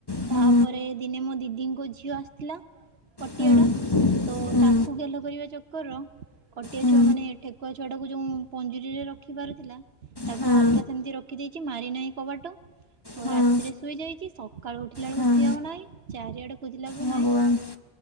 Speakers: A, on the left; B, on the right.
A: ହୁଁ
B: ତାପରେ ଦିନେ ମୋ ଦିଦିଙ୍କ ଝିଅ ଆସିଥିଲା କଟିଆଡ଼ା
A: ହୁଁ
B: ତ
A: ହୁଁ
B: ତାକୁ ଗେଲ କରିବା ଚକରର କଟିଆ
A: ହୁଁ
B: ଛୁଆ ମାନେ ଠେକୁଆ ଛୁଆଟାକୁ ଯଉଁ ପଞ୍ଜୁରୀରେ ରଖି ବାରଥିଲା ତାକୁ
A: ହଁ
B: ହାଲକା ସେମିତି ର ରଖିଦେଇକି ମାରି ନାଇଁ କବାଟ ଆଉ
A: ହଁ
B: ରାତିରେ ସୁଇଯାଇଛି ସକାଳୁ ଉଠିଲା ବେଳକୁ
A: ହଁ
B: ସିଏ ଆଉ ନାଇଁ ଚାରିଆଡ ଖୁଜିଲାଏଳକୁ
A: ଭଗବାନ
B: ନାଇଁ